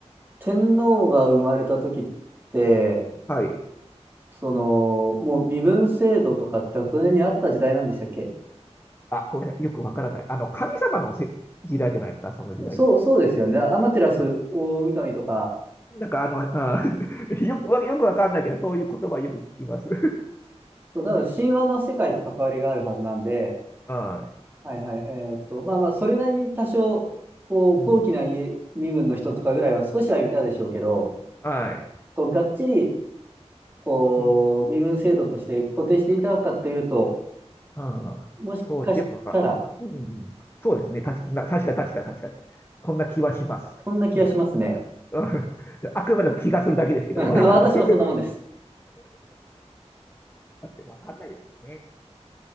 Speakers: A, on the right; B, on the left.
A: 天皇が生まれた時って、
B: はい。
A: その、もう身分制度とかって船にあった時代なんでしたっけ
B: あ、ごめんなさい。よくわからない。あの、神様のせ時代じゃないですか、その時代って。
A: そう、そうですよね。アマテラス大神とか、
B: うん。なんかあの、あ <laughs> よく、よくわかんないけど、そういう言葉よく聞きます。
A: そうなので神話の世界と関わりがあるはずなんで、
B: <laughs> は
A: はいはい、えーっと、まあまあ、それなりに多少、こう、高貴な家身分の人とかぐらいは少しは言ったでしょうけど、
B: い。うん。はい。
A: こう、がっちり、こう、
B: うん。
A: 身分制度として固定していたかというと、
B: ああ、
A: もしかしたら、
B: そう、でもなんか、うん、そうですね。たし、な、確かに確かに確かに。そんな気はします。
A: そんな気がしますね。
B: うん。<laughs> あくまでも気がするだけですけど、
A: <laughs>
B: 我々の。
A: 私もそんなもんです。
B: <laughs> だってわかんないですもんね。